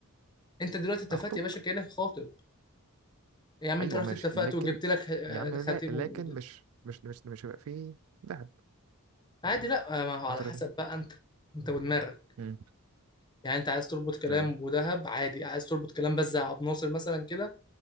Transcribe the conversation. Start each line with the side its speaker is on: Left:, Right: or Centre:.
Left: انت دلوقتي اتفقت
Right: اخطب
Left: يا باشا كأنك خاطب يا عم انت
Right: ايوه
Left: رحت
Right: ماشي
Left: اتفقت
Right: لكن
Left: وجبت لك خ-
Right: يا عم لا
Left: خاتم
Right: لكن
Left: و...
Right: مش مش مش مش هيبقى فيه دهب
Left: عادي لا ما هو على
Right: الفترة
Left: حسب
Right: دي
Left: بقى انت انت ودماغك
Right: امم
Left: يعني انت عايز تربط كلام
Right: ايوه
Left: ودهب عادي عايز تربط كلام بس زي عبد الناصر مثلا كده